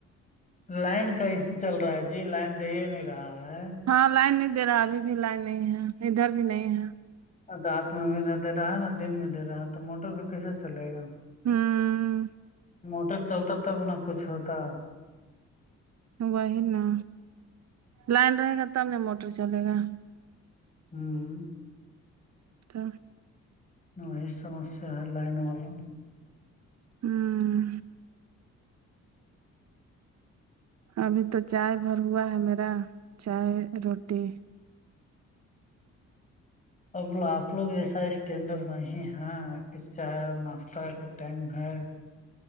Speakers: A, on the left; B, on the right.
A: لائن کا ایشو چل رہا ہے جی لائن دے نہیں رہا ہے
B: ہاں لائن نہیں دے رہا ابھی بھی لائن نہیں ہے ادھر بھی نہیں ہے
A: رات میں بھی نہ دے رہا ہے نہ دن میں دے رہا ہے تو موٹر بھی کیسے چلے گا
B: ہاں
A: موٹر چلتا تب نہ کچھ ہوتا
B: وہی نا لائن رہے گا تب ن موٹر چلے گا
A: ہوں
B: تو
A: وہی سمسیا ہے لائن والا
B: ہوں ابھی تو چائے بھر ہوا ہے میرا چائے روٹی
A: ا آپ لوگ ایسا اسٹینڈرڈ نہیں ہے کہ چائے ناشتہ کے ٹائم ہے